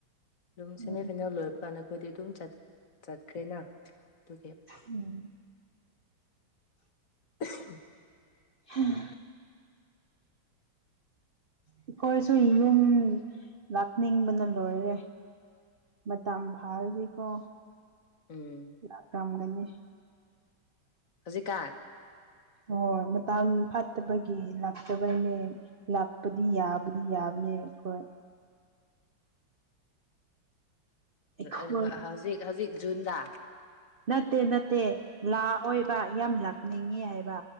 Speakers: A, on the left (about 45°); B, on the right (about 75°).
A: ꯑꯗꯨꯝ
B: ꯎꯝ
A: ꯁꯦꯃꯤꯐꯥꯏꯅꯦꯜ ꯂꯣꯏꯕ ꯀꯥꯟꯗ ꯑꯩꯈꯣꯏꯗꯤ ꯑꯗꯨꯝ ꯆꯠꯈ꯭ꯔꯦꯅ ꯑꯗꯨꯒꯤ
B: ꯎꯝ
A: <unintelligible>
B: ꯍꯝ ꯑꯩꯈꯣꯏꯁꯨ ꯌꯨꯝ ꯂꯥꯛꯅꯤꯡꯕꯅ ꯂꯣꯏꯔꯦ ꯃꯇꯝ ꯐꯥꯔꯗꯤꯀꯣ
A: ꯎꯝ
B: ꯂ ꯌꯥꯝꯝꯒꯅꯤ
A: ꯍꯧꯖꯤꯛꯀꯥꯟ
B: ꯍꯣꯏ ꯃꯇꯝ ꯐꯠꯇꯕꯒꯤ ꯂꯥꯛꯇꯕꯅꯦ ꯂꯥꯛꯄꯗꯤ ꯌꯥꯕꯨꯗꯤ ꯌꯥꯕ ꯅꯤ ꯑꯩꯈꯣꯏ ꯑꯩꯈꯣꯏ
A: ꯎ ꯍꯧꯖꯤꯛ ꯍꯧꯖꯤꯛ ꯖꯨꯟꯗ
B: ꯅꯠꯇꯦ ꯅꯠꯇꯦ ꯂꯥꯑꯣꯕ ꯌꯥꯝ ꯂꯞꯅꯤꯡꯉ ꯍꯥꯏꯕ